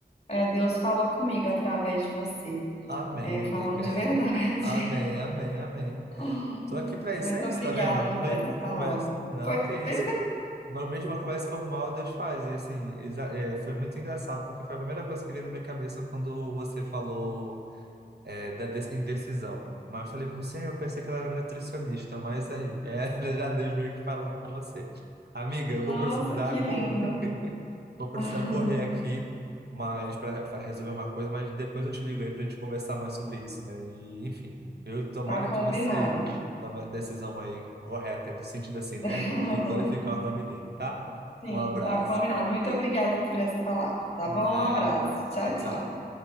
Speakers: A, on the left (about 40°); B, on the right (about 80°).
A: é, Deus falou comigo através de você,
B: Amém,
A: é,
B: minha
A: falando
B: amiga.
A: de
B: <laughs>
A: verdade.
B: Amém, amém, amém.
A: <laughs>
B: Tô aqui pra isso,
A: Muito
B: é
A: obrigada
B: isso, tá vendo? No
A: por
B: meio
A: essa
B: de uma
A: palavra.
B: conversa. Não,
A: Pois
B: que isso.
A: é,
B: No meio de uma conversa formal, Deus faz. E assim, exa- é, foi muito engraçado, porque foi a primeira coisa que veio na minha cabeça quando você falou. é, da de- indecisão. Mas eu falei, não sei, eu pensei que ela era nutricionista, mas aí, é, <laughs> já Deus meio que falando com você. Amiga,
A: nossa,
B: eu vou precisar
A: que lindo.
B: correr, <laughs> vou precisar
A: <laughs>
B: correr aqui, mas para resolver uma coisa, mas depois eu te ligo aí para a gente conversar mais sobre isso, né? E, enfim, eu tomara
A: Tá combinado.
B: que você tome a decisão aí correta, no sentido assim, né?
A: <laughs>
B: De glorificar o nome dele, tá?
A: Sim,
B: Um abraço.
A: tá combinado. Muito obrigada por essa palavra, tá
B: Nada.
A: bom? Um abraço. Tchau,
B: Tchau, tchau.
A: tchau.